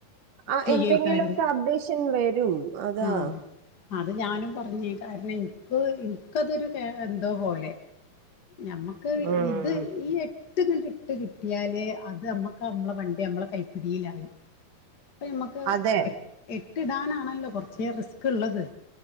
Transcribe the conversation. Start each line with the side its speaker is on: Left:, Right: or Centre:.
Right: ആഹ്
Left: ചെയ്യേക്കായിരുന്നു
Right: എന്തെങ്കിലു ഒക്കെ അപ്ടേഷൻ വരും അതാ
Left: ആഹ് അത് ഞാനും പറഞ്ഞ് കാരണം എന്ക്ക് എന്ക്കതൊരു കേ എന്തോ പോലെ ഞമ്മക്ക്
Right: ഉം
Left: ഇത് ഈ എട്ട് ട്ടിങ്ങട്ട് ഇട്ട് കിട്ടിയാല് അത് അമ്മക്ക് അമ്മളെ വണ്ടി അമ്മളെ കൈപ്പിടിയിലായി ഇപ്പ ഞമക്ക്
Right: അതെ
Left: എട്ടിടാനാണല്ലോ കൊർച്ച് റിസ്കിള്ളത്